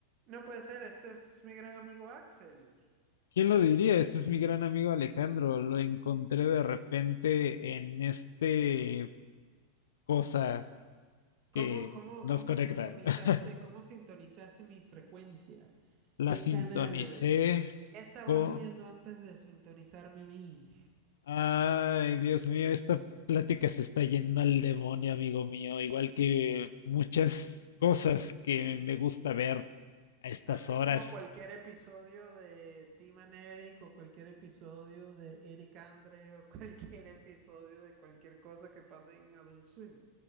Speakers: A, on the right; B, on the left.
A: No puede ser, este es mi gran amigo Axel.
B: ¿Quién lo diría? Este es mi gran amigo Alejandro. Lo encontré de repente en este cosa
A: ¿Cómo,
B: que
A: cómo,
B: nos
A: cómo
B: conecta.
A: sintonizaste,
B: <laughs>
A: cómo sintonizaste mi frecuencia? ¿Qué
B: La sintonicé
A: canal estabas
B: con...
A: viendo antes de sintonizarme a mí?
B: Ay, Dios mío, esta plática se está yendo al demonio, amigo mío. Igual que muchas cosas que me gusta ver a estas
A: Así
B: horas.
A: como cualquier episodio de Tim and Eric o cualquier episodio de Eric Andre o cualquier <laughs> episodio de cualquier cosa que pase en Adult Swim.